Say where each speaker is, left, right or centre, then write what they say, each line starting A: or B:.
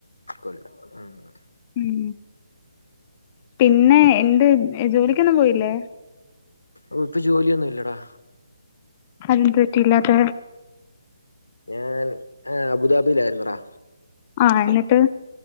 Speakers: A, on the left; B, on the left.
A: കൊല്ലം <unintelligible>
B: ഉം പിന്നെ എന്ത് ജോലിക്കൊന്നും പോയില്ലേ
A: ഓ ക്ക്ജോലിയൊന്നും ഇല്ലടാ
B: അതന്ത്റ്റി ല്ലാത്തെ
A: ഞാൻ അബുദാബിയിലായിരുന്നടാ
B: ആഹ് എന്നിട്ട്